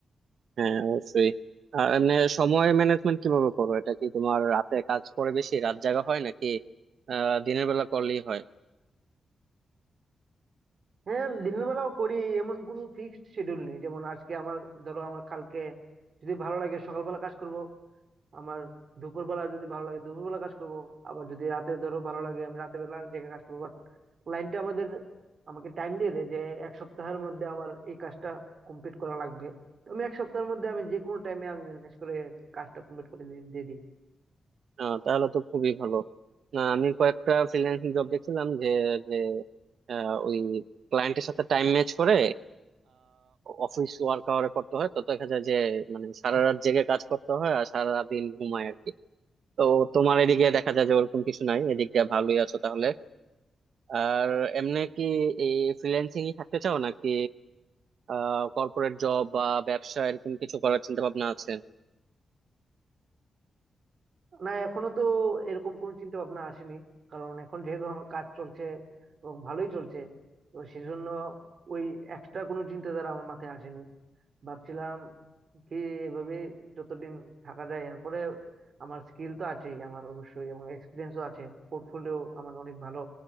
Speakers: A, on the right; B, on the right.
A: হ্যাঁ অবশ্যই আর এমনি সময় ম্যানেজমেন্ট কিভাবে করো এটা কি তোমার রাতে কাজ করে বেশি রাত জাগা হয় নাকি আহ দিনের বেলা করলেই হয়
B: হ্যাঁ দিনের বেলাও করি এমন কোনো ফিক্সড শিডিউল নেই যেমন আজকে আমার ধরো আমার কালকে যদি ভালো লাগে সকালবেলা কাজ করব আমার দুপুরবেলা যদি ভালো লাগে দুপুরবেলা কাজ করব আবার যদি রাতে ধরো ভালো লাগে আমি রাতের বেলা জেগে কাজ করবো বাট ক্লায়েন্টটা আমাদের আমাকে টাইম দিয়ে দেয় যে এক সপ্তাহের মধ্যে আমার এই কাজটা কমপ্লিট করা লাগবে তো আমি এক সপ্তাহের মধ্যে আমি যে কোনো টাইমে আমি ম্যানেজ করে কাজটা কমপ্লিট করে দিয়ে দিয়ে দিই
A: আহ, তাহলে তো খুবই ভালো না আমি কয়েকটা ফ্রিল্যান্সিং জব দেখছিলাম যে যে আহ, ওই ক্লায়েন্টের সাথে টাইম ম্যাচ করে অফিস ওয়ার্ক আওয়ারে করতে হয় তো দেখা যায় যে মানে সারা রাত জেগে কাজ করতে হয় আর সারা দিন ঘুমায় আর কি তো তোমার এদিকে দেখা যায় যে ওরকম কিছু নাই এদিক দিয়ে ভালোই আছো তাহলে আর এমনি কি এই ফ্রিল্যান্সিং থাকতে চাও নাকি আহ কর্পোরেট জব বা ব্যবসা এরকম কিছু করার চিন্তা ভাবনা আছে
B: না এখনো তো এরকম কোনো চিন্তা ভাবনা আসেনি কারণ এখন যেহেতু আমার কাজ চলছে এবং ভালোই চলছে তো সেজন্য ওই এক্সট্রা কোনো চিন্তাধারা আমার মাথায় আসেনি ভাবছিলাম কি এভাবে যতদিন থাকা যায় এরপরে আমার স্কিল তো আছেই আমার অবশ্যই এবং এক্সপিরিয়েন্সও আছে পোর্টফোলিও আমার অনেক ভালো